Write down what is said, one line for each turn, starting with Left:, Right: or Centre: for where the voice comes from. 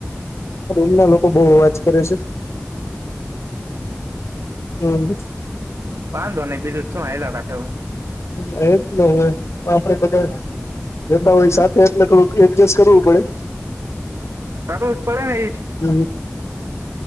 Left: મના લોકો બહ અવાજ કરે છે હમ
Right: વાંધો નઈ બીજું શું હેલા રાખે
Left: હ એટ હ આપડે બધા એના હોય
Right: હમ
Left: સાથે એટલે થડું એડજસ્ટ કરવું પડે
Right: ક પડે નહી
Left: હ